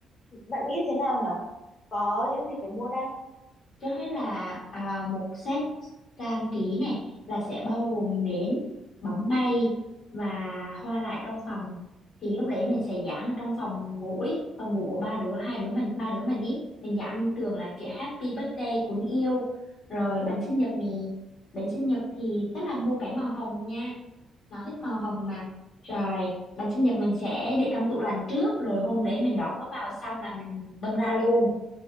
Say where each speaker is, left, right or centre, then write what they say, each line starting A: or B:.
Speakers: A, on the left; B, on the left.
A: bạn nghĩ thế nào nhở có những gì phải mua đây
B: cho hết là à, một set trang trí này là sẽ bao gồm nến, bóng bay và hoa rải trong phòng. Thì lúc đấy mình sẽ dán ở trong phòng ngủ ý, phòng ngủ của ba đứa, hai đứa mình, ba đứa mình ý. Mình dán lên tường là chữ Happy Birthday cuốn yêu. Rồi bánh sinh nhật này, bánh sinh nhật thì chắc là mua cái màu hồng nha. Nó thích màu hồng mà. Rồi bánh sinh nhật mình sẽ để trong tủ lạnh trước rồi hôm đấy mình đón nó vào xong là mình bưng ra luôn